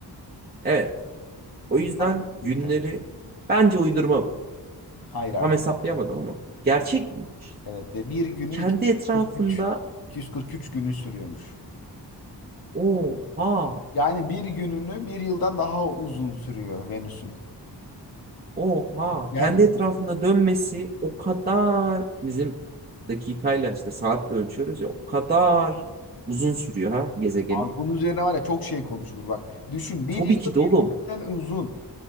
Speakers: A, on the right; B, on the left.
A: Evet. O yüzden
B: Ha, Yürütelim.
A: günleri bence uydurma bu.
B: Hayır abi
A: Tam hesaplayamadım
B: bu gerçek.
A: ama. Gerçek miymiş?
B: Evet ve bir günü
A: Kendi
B: 243
A: etrafında
B: 243 günü sürüyormuş.
A: oha
B: Yani bir gününü bir yıldan daha uzun sürüyor Venüs'ün.
A: Oha
B: Yani
A: kendi etrafında dönmesi o kadar bizim dakikayla işte saatle ölçüyoruz ya o kadar uzun sürüyor ha gezegenin.
B: abi bunun üzerine var ya çok şey konuşulur bak. Düşün bir
A: Tabii
B: yılı
A: ki de
B: bir
A: oğlum
B: günden uzun.